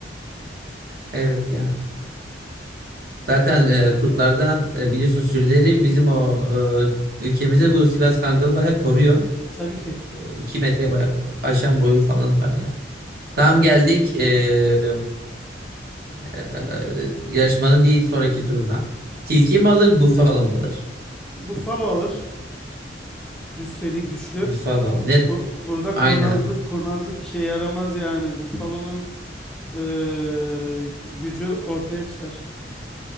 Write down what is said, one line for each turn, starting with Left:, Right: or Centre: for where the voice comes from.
Right: Evet ya. Zaten e, kurtlardan e, biliyorsun sürüleri bizim o e, ülkemizde bu Sivas Kangalı bayağı koruyor.
Centre: tabii ki.
Right: 2 metre bayağı aşan boyu falan var ya. Tam geldik eee, eee, yarışmanın bir sonraki turuna. Tilki mi alır, bufalo mu alır?
Centre: Buffalo alır. Cüsseli, güçlü.
Right: Bufalo. Net,
Centre: Bu, burada
Right: Aynen.
Centre: kurnazlık, kurnazlık işe yaramaz yani. Buffalo'nun eee, gücü ortaya çıkar.